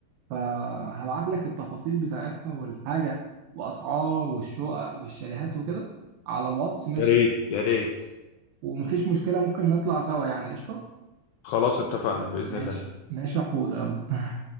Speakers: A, on the right; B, on the left.
A: فهبعت لك التفاصيل بتاعتها والحاجه واسعار والشقق والشاليهات وكده على الواتس ماشي
B: يا ريت يا ريت
A: ومفيش مشكله ممكن نطلع سوا يعني قشطه
B: خلاص اتفقنا باذن
A: ماشي
B: الله
A: ماشي يا حوده يلا